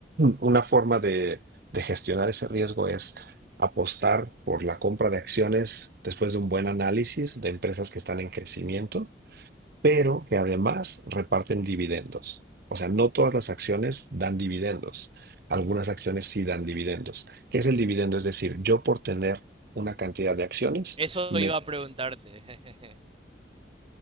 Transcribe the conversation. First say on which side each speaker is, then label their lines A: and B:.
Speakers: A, on the right; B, on the right.
A: una forma de, de gestionar ese riesgo es apostar por la compra de acciones después de un buen análisis de empresas que están en crecimiento pero que además reparten dividendos. O sea, no todas las acciones dan dividendos. Algunas acciones sí dan dividendos. ¿Qué es el dividendo? Es decir, yo por tener una cantidad de acciones,
B: Eso
A: me
B: iba a preguntarte.